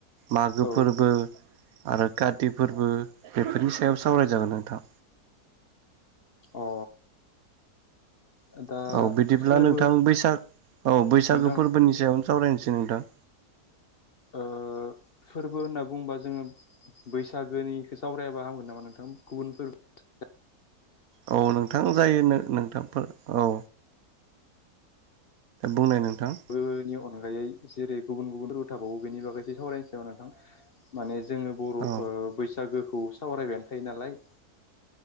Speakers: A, on the right; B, on the left.
A: मागो
B: औ
A: फोरबो आरो काति फोरबो। बेफोरनि सायाव सावराय जागोन नोंथां।
B: औ अ दा
A: औ बिदिब्ला
B: फोरबो
A: नोंथां बैसाग औ बैसागो
B: नोंथां
A: फोरबोनि सायावनो सावरायनो- सै नोंथां।
B: ओ फोरबो होनना बुङोबा जोङो बैसागोनिखो सावरायाबा हामगोन नामा नोंथां गुबुन फोरबो
A: औ नोंथां जायो नों नोंथांफोर औ। बुंनाय नोंथां।
B: गोनि अनगायै जेरै गुबुन-गुबुन <unintelligible> थाबावो बेनि बागै इसे सावरायनोसै नामा नोंथां माने जोङो बर' ओ
A: औ
B: बैसागोखौ सावरायबायानो थायो नालाय।